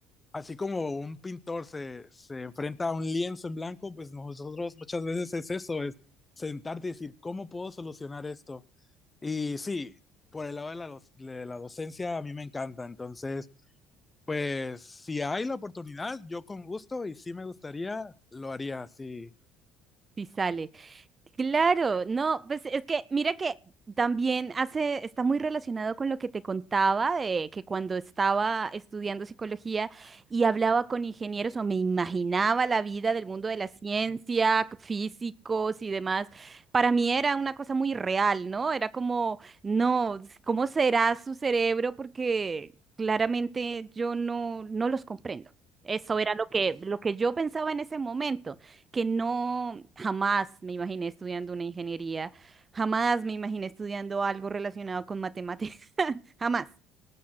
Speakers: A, on the left; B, on the right.
A: así como un pintor se, se enfrenta a un lienzo en blanco, pues nosotros muchas veces es eso, es sentarte y decir, ¿cómo puedo solucionar esto? Y sí, por el lado de la, doc- de la docencia a mí me encanta, entonces, pues si hay la oportunidad, yo con gusto y sí me gustaría, lo haría, sí.
B: Sí sale. Claro, no, pues es que mira que también hace, está muy relacionado con lo que te contaba de que cuando estaba estudiando psicología y hablaba con ingenieros o me imaginaba la vida del mundo de la ciencia, físicos y demás, para mí era una cosa muy real, ¿no? Era como, no, ¿cómo será su cerebro? Porque claramente yo no, no los comprendo. Eso era lo que, lo que yo pensaba en ese momento que no jamás me imaginé estudiando una ingeniería, jamás me imaginé estudiando algo relacionado con matemáticas, <laughs> jamás.